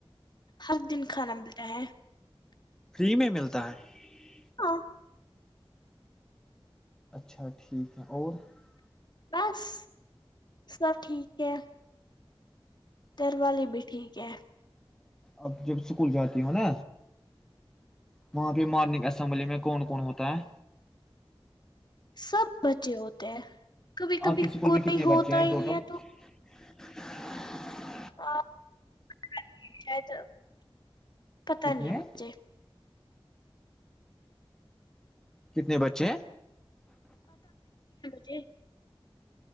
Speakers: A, on the left; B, in the centre.
A: ہر دن کھانا ملتا ہے <unintelligible>
B: فری میں ملتا ہے <unintelligible>
A: آ <inaudible>
B: اچھا ٹھیک ہے اور <unintelligible>
A: بس سب ٹھیک ہے <unintelligible> گھر والی بھی ٹھیک ہے <unintelligible>
B: اب جب اسکول جاتی ہوں نا وہاں پہ مارننگ اسمبلی میں کون کون ہوتا ہے
A: سب بچے ہوتے ہیں کبھی کبھی
B: آپ کے اسکول
A: کوئی
B: میں کتنے
A: ہوتا
B: بچے ہیں
A: ہی
B: ٹوٹل
A: نہیں ہے تو
B: <unintelligible>
A: <unintelligible> پتہ
B: کتنے
A: نہیں
B: ہیں
A: مے
B: کتنے بچے ہیں
A: جی